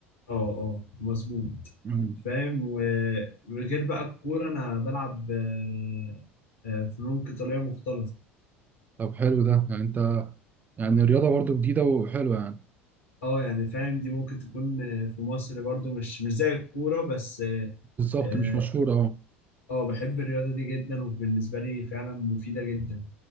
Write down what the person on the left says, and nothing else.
اه اه مظبوط
فاهم وغير بقى الكوره انا بلعب آه، آه، فنون قتاليه مختلطه
اه يعني فاهم دي ممكن تكون آه، في مصر برضه مش مش زي الكوره بس اه
آه،
آه، بحب الرياضه دي جدا وبالنسبه لي فعلا مفيده جدا